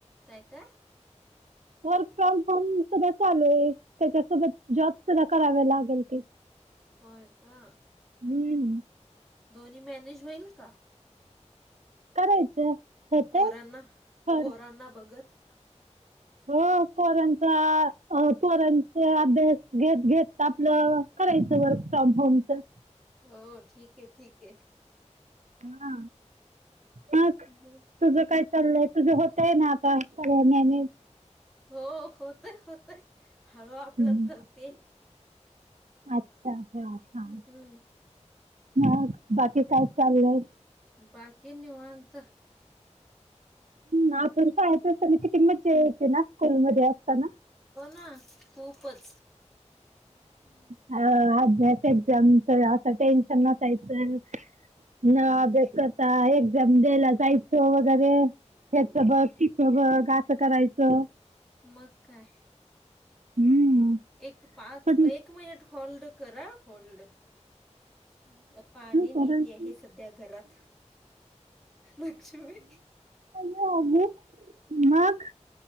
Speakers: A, in the centre; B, on the right (about 75°).
A: काय काय..
B: वर्क फ्रॉम होम सुद्धा चालूये त्याच्यासोबत जॉब सुद्धा करावा लागल की..
A: होय का
B: हम्म
A: दोन्ही मॅनेज होईल का..
B: करायचं.. होतंय
A: पोरांना
B: पर
A: पोरांना बघत..
B: हो पोरांचा पोरांचा अभ्यास घेत घेत आपलं... करायचं वर्क फ्रॉम होमचं...
A: हो ठीक आहे ठीक
B: हो ना मग
A: आहे
B: तुझं काय... चाललंय तुझं होतंय ना आता सगळं मॅनेज...
A: हो होतय होतय हळू आपलं
B: हम्म
A: करते...
B: अच्छा हा हा
A: हम्म
B: म बाकी काय चाललंय...
A: बाकी निवांत....
B: हा आपण शाळेत असताना किती मज्जा यायची ना स्कूलमध्ये असताना...
A: हा खूपच...
B: हा... अभ्यास एक्झाम असं टेन्शन नसायचं... न अभ्यास करता एक... ला जायचो वगैरे त्याचं बघ... असं करायचं...
A: मग काय
B: हम्म...
A: एक पाच...
B: पण
A: एक मिनिट होल्ड कर हा... होल्ड... पाणी नेती
B: करायचं
A: आहे सध्या घरात... लक्ष्मी...
B: हा मग...